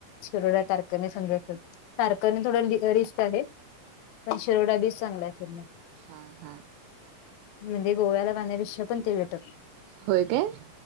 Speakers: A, on the left; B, on the right.
A: शिरोडा तारकर्ली संग <unintelligible> तारकर्ली थोडा रिस्क आहे पण शि शिरोडा बी चांगल आहे <unintelligible>
B: हां हां.
A: म्हणजे गोव्याला जाण्यापेक्षा पण ते बेटर.
B: होय काय?